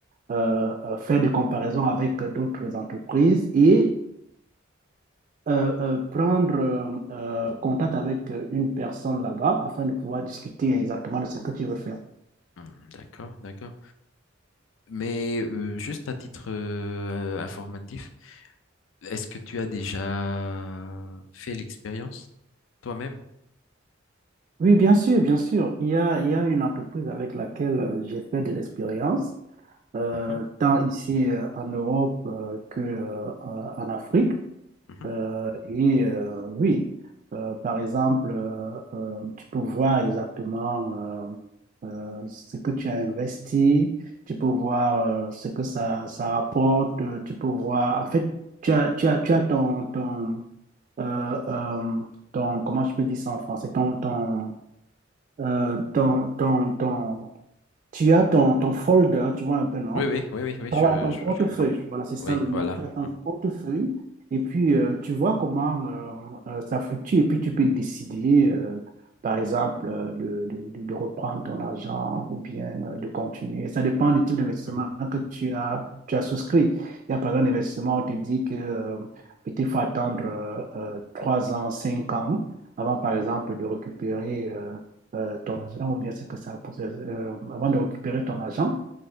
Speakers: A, on the right; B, on the left.
A: euh, euh, faire des comparaisons avec euh, d'autres entreprises et euh, euh, prendre euh, euh, contact avec euh, une personne là-bas afin de pouvoir discuter exactement de ce que tu veux faire.
B: Hmm, D'accord, d'accord. Mais euh, juste à titre euh, informatif, est-ce que tu as déjà fait l'expérience toi-même?
A: Oui, bien sûr, bien sûr. Il y a, il y a une entreprise avec laquelle euh, j'ai fait de l'expérience, euh,
B: Mhm,
A: tant ici euh, en Europe euh, que euh, en en Afrique.
B: mhm.
A: Euh, et euh, oui, euh, par exemple, euh, euh, tu peux voir exactement euh, euh, ce que tu as investi, tu peux voir euh, ce que ça, ça rapporte, euh, tu peux voir, en fait, tu as, tu as, tu as ton, ton, euh, euh, ton, comment je peux dire ça en français, ton, ton euh, ton, ton, ton- tu as ton, ton folder, tu vois un peu, non?
B: Oui, oui, oui, oui, oui,
A: Voilà,
B: je,
A: ton Oui.
B: je-
A: portefeuille.
B: je comprends.
A: Voilà, c'est ça
B: Oui,
A: le mot.
B: voilà.
A: Tu as ton
B: Mhm,
A: portefeuille et puis euh, tu vois comment euh, euh, ça fluctue et puis tu peux décider, euh, par exemple, euh, de, de- de reprendre ton argent ou bien euh, de continuer. Ça dépend du type d'investissement
B: mhm.
A: que tu as, tu as souscrit. Il y a par exemple un investissement où on te dit que euh, peut-être il faut attendre euh, euh, trois ans, cinq ans avant, par exemple, de récupérer euh, euh, ton argent ou bien c'est que ça, a posé- euh, avant de récupérer ton argent.